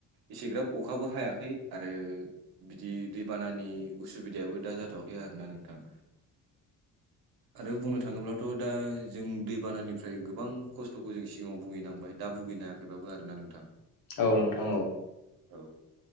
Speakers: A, on the right; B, on the left.
A: एसेग्राब अखाबो हायाखै आरो बिदि दैबानानि उसुबिदायाबो दा जाथ'वाखै आरोना नोंथां। आरो बुंनो थाङोब्ला थ' दा जों दैबानानिफ्राय गोबां खस्थ'खौ जों सिगाङाव भुगिनांबाय दा भुगिना थेबाबो आरोना नोंथां।
B: औ नोंथां औ।
A: औ